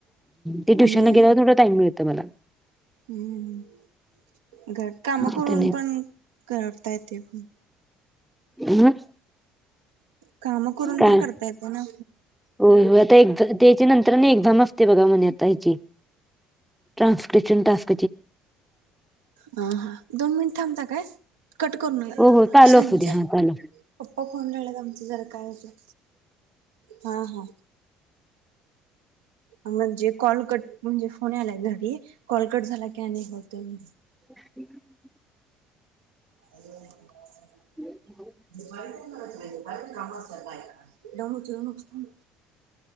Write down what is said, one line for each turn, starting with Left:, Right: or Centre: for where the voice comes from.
Centre: ते ट्युशनला
Right: आणि
Centre: गेल्यावर तेवढा टाइम मिळतोय मला
Right: हम हम हम घरात कामं
Centre: आता
Right: करून
Centre: नाही
Right: पण करता येते हो
Centre: मग
Right: काम करून
Centre: काय
Right: पण करता येतय ना?
Centre: होय हो आता एक्झ त्याच्या नंतरनं एक्झाम असते बघा म्हणे आता हेची ट्रानस्क्रेशन टास्क
Right: हा हा दोन मिनिटं थांबता काय? कट करून लाव
Centre: हो हो चालू
Right: संजी
Centre: असू दे हा चालू
Right: पप्पा फोन लावल्यात आमचं जरा काय होतय हा हा म्हणजे कॉल कट म्हणजे फोन यालाय घरी कॉल कट झाला की नाही होतय म्हण
Centre: <inaudible>
Right: <inaudible>
Centre: हम् <unintelligible>
Right: दुपारचं तेन करायचं नाही दुपारी कामं असात्यात बायकांना